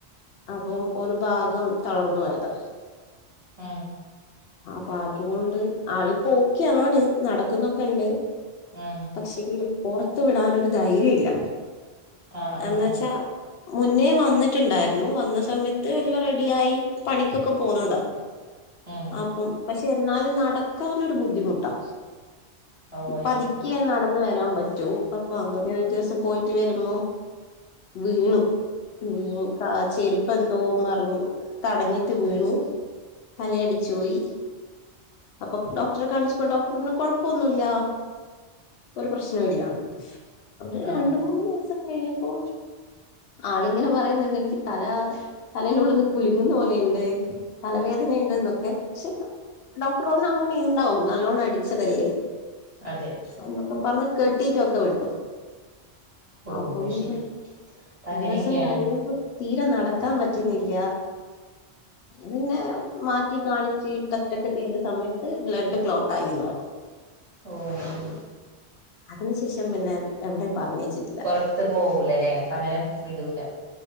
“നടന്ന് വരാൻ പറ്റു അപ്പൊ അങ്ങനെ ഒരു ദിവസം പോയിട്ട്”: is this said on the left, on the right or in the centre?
Left